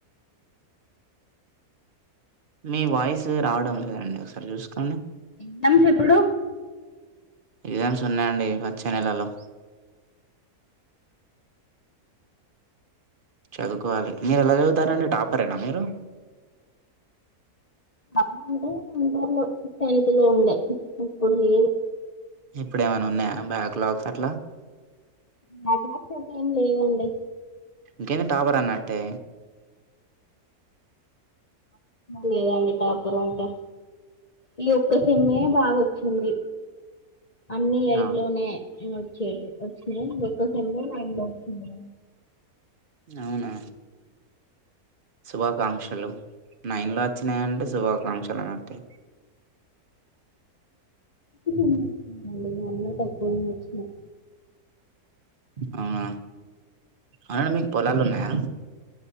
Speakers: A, on the right; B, on the left.
A: మీ వాయిసు రావడం లేదండి ఒకసారి చూసుకోండి.
B: ఎగ్జామ్స్ ఎప్పుడూ.
A: ఎగ్జామ్స్ ఉన్నాయండి వచ్చే నెలలో. చదువుకోవాలి. మీరు ఎలా చదువుతారండి టాపరేనా మీరు.
B: అప్పుడు అంటే ఇంటర్ లో టెన్త్ లో ఉండే. ఇప్పుడు లేదు.
A: ఇప్పుడు ఏమైనా ఉన్నాయా బ్యాక్ లాగ్స్ అట్లా.
B: బ్యాక్లాగ్స్ అయితే ఏం లేవండి.
A: ఇంకేది టాపర్ అన్నట్టే.
B: లేదండి టాపర్ అంటే. ఈ ఒక్క సేమ్మే బాగొచ్చింది. అన్నీ ఎయిట్
A: ఆ
B: లోనే. వచ్చేటిది వచ్చినయి ఈ ఒక్క సెమ్ లో నైన్ లో వచ్చింది.
A: అవునా. శుభాకాంక్షలు నైన్ లో వచ్చినయి అంటే శుభాకాంక్షలు అన్నట్టే.
B: ఒక్క సెమ్ లో వచ్చినయి అండి. మళ్ళ తక్కువనే వచ్చినయి.
A: అవునా. అవును మీకు పొలాలు ఉన్నాయా.